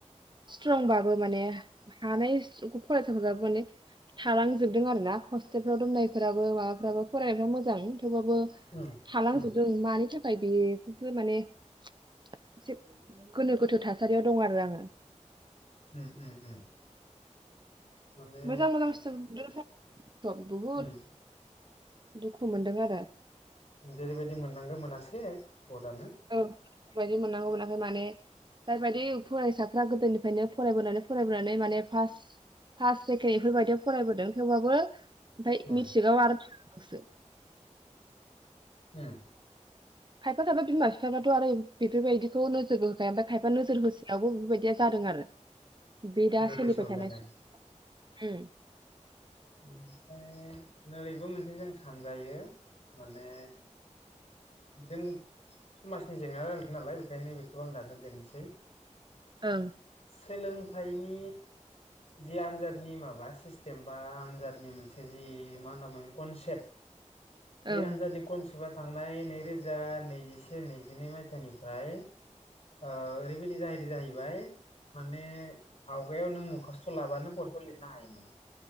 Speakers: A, on the right; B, on the left.
A: स्ट्रंबाबो माने हानाय फरायसाफोराबो माने थालांजोबदों आर ना हस्टेलफ्राव दोननायफ्राबो माबाफ्राबो फरायनायफ्राव मोजां थेवबाबो
B: उम
A: थालांजोबदों
B: उम
A: मानि थाखाय बे बे माने एसे गोनो गोथो थासारियाव दं आरो आङो
B: उम उम उम माने
A: मोजां मोजां सिथु <unintelligible> बहुद
B: उम
A: दुखु मोनदों आरो
B: जेरैबायदि मोननांगो मोनासै भटआनो
A: औ बायादि मोननांगौ मोनाखै माने जायबायदि फरायसाफ्रा गोदोनिफ्रायनो फरायबोनानै फरायबोनानै माने फास फार्स्ट सेकेणड बेफोरबायायदियाव फरायबोदों थेवबाबो ओमफाय
B: उम
A: मिथ्रिकआव आरो थांसो
B: उम
A: खायफा खायफा बिमा बिफाफ्राथ' आरो बेफोरबायदिखौ नोजोरबो होखाया ओमफ्राय खायफा नोजोर होसायावबो बेफोरबायदिया जादों आरो बे दा
B: गोरोसाव
A: सोलिबाय थानाय
B: जादों
A: सम उम
B: ओमफ्राय रैबो मोनसे जों सानजायो माने जों समाजनि जेंना रायलायदों नालाय बेखायनो बेखौ आं दाजाब देरनोसै
A: ओं
B: सोलोंथाइनि जि आन्जादनि माबा सिस्टेम बा आनजादनि मोनसे जि मा होनना मोन कनसेप्ट बे
A: ओं
B: आनजानदनि कनसेबा थांनाय नैरोजा नैजिसे नैजिनै मायथाइनिफ्राय ओ ओरैबायदि जाहैदों जाहैबाय माने आवगायाव नों मखासथ' लाबानो परेखा लिरनो हायोमोन